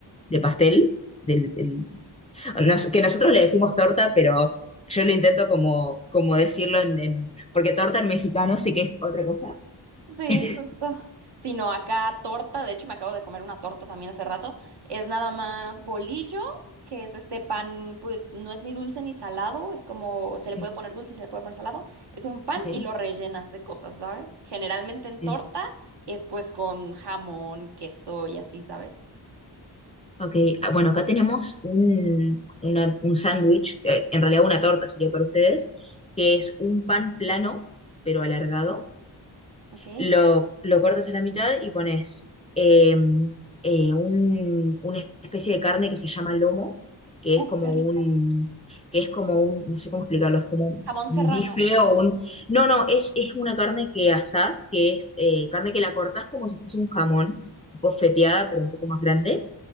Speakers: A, on the left; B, on the right.
A: de pastel, del, del- nos- que nosotros le decimos torta, pero yo lo intento como, como decirlo en, en- porque torta en mexicano sí que es otra cosa.
B: Sí,
A: <laughs>
B: justo. Sino acá torta, de hecho me acabo de comer una torta también hace rato. Es nada más bolillo, que es este pan, pues no es ni dulce ni salado, es como se
A: Sí,
B: le puede poner dulce y se le puede poner salado. Es un pan
A: ok,
B: y lo rellenas de cosas, ¿sabes? Generalmente en
A: bien.
B: torta es pues con jamón, queso y así, ¿sabes?
A: Ok, ah, bueno, acá tenemos un, una- un sándwich, que en realidad una torta sería para ustedes, que es un pan plano, pero alargado.
B: Ok.
A: Lo, lo cortas a la mitad y pones eh, eh, un- una especie de carne que se llama lomo, que
B: Uh,
A: es como
B: qué rico.
A: un, que es como un, no sé cómo explicarlo, es como un,
B: Jamón
A: un
B: serrano.
A: bife o un... No, no, es, es una carne que asás, que es eh, carne que la cortás como si fuese un jamón, bofeteada, pero un poco más grande.